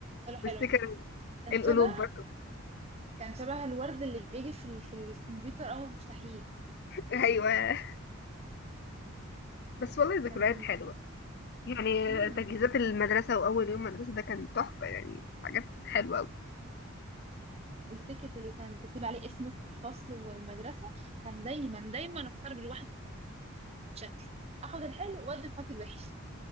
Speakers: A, on the right; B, on the left.
A: حلو حلو
B: وستيكر
A: كان
B: القلوب
A: شبه
B: برضو
A: كان شبه الورد اللي بيجي في ال... في الكمبيوتر أول ما بتفتحيه
B: <laughs> ايوه بس والله ذكريات
A: كان
B: حلوه
A: كان
B: يعني
A: حلو
B: تجهيزات المدرسة وأول يوم مدرسة ده كان تحفة يعني حاجات حلوة أوي
A: التيكت اللي كان بتكتبي عليه اسمك والفصل والمدرسة كان دايما دايما اختار بالواحد شكل اخد الحلو وادي قاتل الوحش